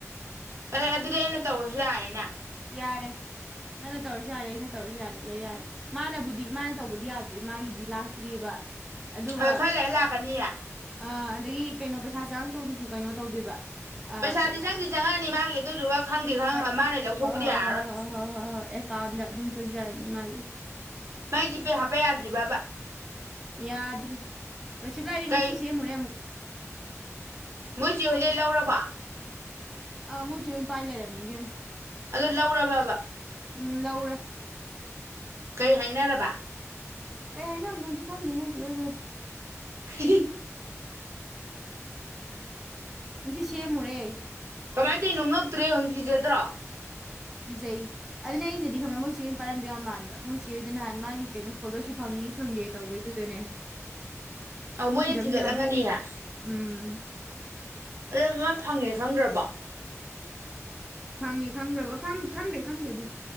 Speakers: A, on the right; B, in the centre.
A: ꯑ ꯑꯦ ꯑꯗꯨꯗꯤ ꯑꯩꯅ ꯇꯧꯔꯁꯨ ꯌꯥꯏꯅꯦ
B: ꯌꯥꯔꯦ ꯅꯪꯅ ꯇꯧꯔꯁꯨ ꯌꯥꯔꯦ ꯑꯩꯅ ꯇꯧꯔꯁꯨ ꯌꯥꯔꯦ ꯂꯣꯏ ꯌꯥꯔꯦ ꯃꯥꯅꯕꯨꯗꯤ ꯃꯥꯅ ꯇꯧꯕꯗꯤ ꯌꯥꯗ꯭ꯔꯤꯕ ꯃꯥꯒꯤꯗꯤ ꯂꯥꯛꯇ꯭ꯔꯤꯕ ꯑꯗꯨꯒ
A: ꯑ ꯈꯥꯂꯩꯔꯥ ꯂꯥꯛꯀꯅꯤꯌꯦ
B: ꯑꯥ ꯑꯗꯒꯤ ꯀꯩꯅꯣ ꯄꯩꯁꯥ ꯆꯥꯉꯛꯇꯧꯗꯨꯁꯨ ꯀꯩꯅꯣ ꯇꯧꯗꯣꯏꯕ ꯑ
A: ꯄꯩꯁꯥꯗꯤ
B: ꯀꯔꯤ
A: ꯆꯪꯗꯤ
B: ꯀꯔꯤ
A: ꯆꯪꯉꯛꯑꯅꯤ ꯃꯥꯒꯤ ꯑꯗꯨꯗꯨꯒ ꯈꯪꯗꯦ ꯈꯪ
B: ꯍꯣꯏ
A: ꯃꯥꯅ ꯂꯧꯊꯣꯛꯄꯗꯤ
B: ꯍꯣꯏ ꯍꯣꯏ ꯍꯣꯏ
A: ꯌꯥꯔꯔꯣꯏ
B: ꯍꯣꯏ ꯍꯣꯏ ꯑꯦꯀꯥꯟ ꯀꯑꯣꯟꯗ ꯑꯗꯨꯝ ꯆꯡꯖꯔꯅꯤ ꯃꯥꯒꯤ
A: ꯃꯥꯏ ꯖꯤꯄꯦ ꯍꯥꯞꯄ ꯌꯥꯗ꯭ꯔꯤꯕꯕ
B: ꯌꯥꯗ꯭ꯔꯤ ꯔꯣꯁꯤꯕꯂꯥꯗꯤ
A: ꯀꯩ
B: ꯉꯁꯤ ꯁꯦꯝꯃꯨꯔꯦ ꯑꯃꯨꯛ
A: ꯃꯣꯏ ꯆꯦ ꯍꯣꯏꯗꯩ
B: ꯋꯥꯆꯞ
A: ꯂꯧꯔꯕ
B: ꯑ ꯃꯣꯢ ꯆꯦ ꯍꯣꯢꯅ ꯄꯥꯏꯂꯩꯔꯝꯃꯤ ꯏꯕꯦꯝ
A: ꯑꯗꯨ ꯂꯧꯔꯕꯕ
B: ꯎꯝ ꯂꯧꯔꯦ
A: ꯀꯩ ꯍꯥꯏꯅꯔꯕ
B: ꯀꯩ ꯍꯥꯏ ꯅ ꯑꯝ ꯅꯣꯗꯤ ꯈꯪꯗꯦ ꯃꯣꯢ ꯆꯦ ꯍꯣꯢꯒ
A: ꯍꯤ ꯍꯤ
B: ꯉꯁꯤ ꯁꯦꯝ ꯃꯨꯔꯦ
A: ꯀꯃꯥꯏ ꯇꯣꯢꯅꯣ ꯉꯛ ꯇ꯭ꯔ ꯌꯦꯡꯎ ꯀꯤꯖꯗ꯭ꯔꯣ
B: ꯀꯤꯖꯩ ꯑꯗꯨꯅꯤ ꯑꯩꯅꯗꯤ ꯈꯪꯕ ꯃꯣꯏꯆꯦ ꯑꯣꯏꯅ ꯄꯥꯢꯔꯝꯗꯣ ꯌꯥꯝ ꯃꯥꯟꯕ ꯃꯣꯏꯆꯦꯗꯣ ꯅꯍꯥꯟ ꯃꯥꯒꯤ ꯀꯩꯅꯣ ꯏꯁꯀꯣꯂꯔꯁꯤꯞ ꯐꯪꯉꯤ ꯐꯪꯗꯦ ꯇꯧꯕꯩꯗꯨꯗꯅꯦ
A: ꯑꯧ ꯃꯣꯏꯅ
B: ꯊꯤꯔꯝꯗꯣ
A: ꯊꯤꯒꯠꯂꯝꯒꯅꯤꯌꯦ
B: ꯌꯥꯝ ꯃꯥꯂꯤ ꯎꯝ
A: ꯑꯗꯨ ꯃ ꯐꯪꯉꯦ ꯈꯪꯒ꯭ꯔꯕꯣ
B: ꯐꯪꯉꯦ ꯈꯪꯈ꯭ꯔꯕ ꯈꯪꯗꯦ ꯈꯪꯗꯦ ꯑꯗꯨꯗꯤ